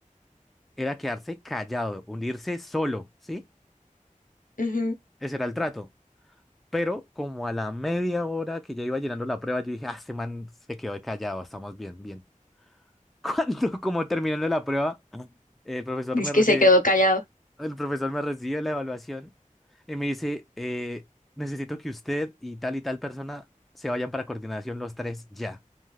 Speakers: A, in the centre; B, on the left.
A: era quedarse callado, unirse solo, ¿sí?
B: Ujú.
A: Ese era el trato. Pero como a la media hora que ya iba llenando la prueba, yo dije, ah, este man se quedó callado, estamos bien, bien. <laughs> Cuando, como terminando la prueba, el profesor
B: Dice
A: me
B: que
A: recibe,
B: se quedó callado.
A: el profesor me recibe la evaluación y me dice, eh, necesito que usted y tal y tal persona se vayan para coordinación los tres ya.